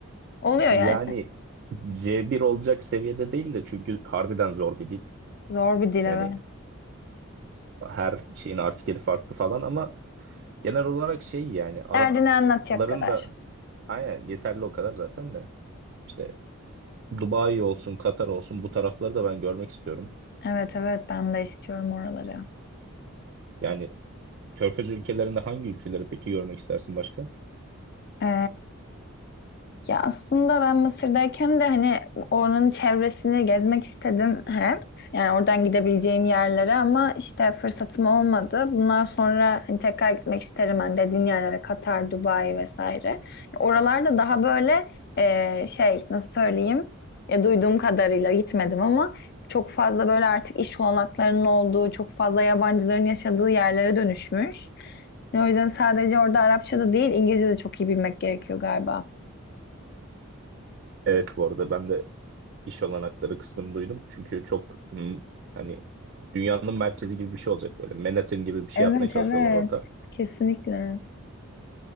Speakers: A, on the left; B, on the right.
A: Oluyor
B: Yani
A: yani.
B: C1 olacak seviyede değil de çünkü harbiden zor bir dil.
A: Zor bir dil evet.
B: Yani her şeyin artikeli farklı falan ama genel olarak şey yani Arapların
A: Derdini anlatacak kadar.
B: da aynen yeterli o kadar zaten de. İşte Dubai olsun, Katar olsun bu tarafları da ben görmek istiyorum.
A: Evet evet ben de istiyorum oraları.
B: Yani Körfez ülkelerinde hangi ülkeleri peki görmek istersin başka?
A: Ee, Ya aslında ben Mısır'dayken de hani oranın çevresini gezmek istedim hep. Yani oradan gidebileceğim yerlere ama işte fırsatım olmadı. Bundan sonra hani tekrar gitmek isterim hani dediğin yerlere Katar, Dubai vesaire. Oralarda daha böyle e, şey nasıl söyleyeyim ya duyduğum kadarıyla gitmedim ama çok fazla böyle artık iş olanaklarının olduğu, çok fazla yabancıların yaşadığı yerlere dönüşmüş. O yüzden sadece orada Arapça da değil İngilizce de çok iyi bilmek gerekiyor galiba.
B: Evet bu arada ben de iş olanakları kısmını duydum. Çünkü çok hmm, hani dünyanın merkezi gibi bir şey olacak böyle. Manhattan gibi bir şey
A: Evet
B: yapmaya çalışıyorlar
A: evet
B: orada.
A: kesinlikle.